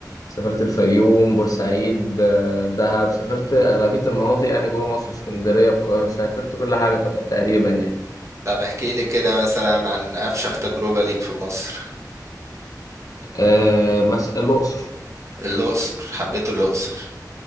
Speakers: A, on the left; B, on the right.
A: سافرت الفيوم بورسعيد آه، دهب سافرت اغلبيه المناطق يعني جوه مصر اسكندريه القاهره سافرت كل حاجه تق- تقريبا يعني
B: طب احكي لي كده مثلا عن أفشخ تجربة ليك في مصر
A: آه، مثلا الاقصر
B: الأقصر حبيت الأقصر